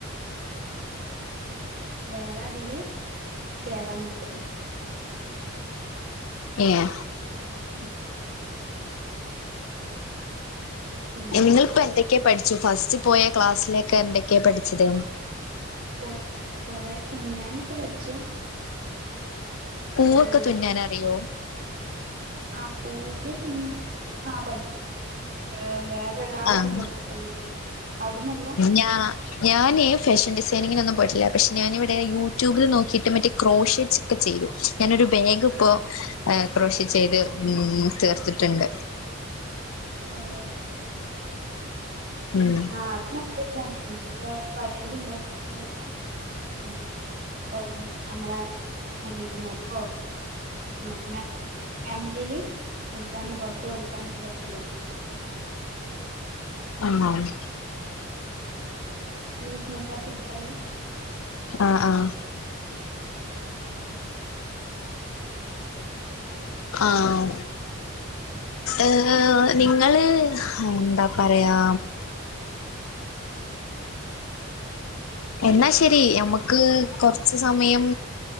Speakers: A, on the right (about 45°); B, on the left (about 75°).
A: വേറെ അതില് കേറാൻ നിക്ക
B: ഏഹ്
A: ഉം പിന്നെ
B: നിങ്ങളിപ്പോ എന്തൊക്കെയാ പഠിച്ചു ഫസ്റ്റ് പോയ ക്ലാസ്സിലൊക്കെ എന്തൊക്കെയാ പഠിച്ചത്
A: കൊ കൊറേ തുന്നാനൊക്കെ പഠിച്ചു.
B: പൂവൊക്കെ
A: ഏഹ്
B: തുന്നാനറിയോ?
A: ആഹ് പൂവ് തുന്നാന് ആഹ് പഠിപ്പിച്ചു. ഏഹ് വേറൊരാളാണ്
B: ആഹ്
A: പഠിപ്പിച്ചന്ന് അവിടന്നല്ല
B: ഞാ ഞാന് ഫാഷൻ ഡിസൈനിങ്ങിനൊന്നും പോയിട്ടില്ല പക്ഷെ ഞാനിവിടെ യൂട്യൂബിൽ നോക്കിയിട്ട് മറ്റേ ക്രോഷ് ക്കെ ചെയും ഞാനൊരു ബാഗ് ഇപ്പോ ക്രോഷിൻ ചെയ്ത് ഉം തീർത്തിട്ടുണ്ട്.
A: ആഹ് പിന്ന
B: ഉം
A: ആഹ് അത് നല്ല ഇതാണ് പഴയത് ഇണ്ടാക്കിൻ പറ്റ ഉം ഓഹ് നമ്മളെ അനിയത്തിമാര് ഓഹ് പിന്നെ ഫാമിലിയില് കൊടുക്കാനും പൊറത്ത് കൊടു <unintelligible> കൊഴപ്പല്ലേ
B: ആഹ്
A: <unintelligible>
B: ആഹ് ആഹ് ആഹ് ഏഹ് നിങ്ങള് എന്താ പറയാ എന്നാ ശരി നമ്മക്ക് കൊറച്ച് സമയം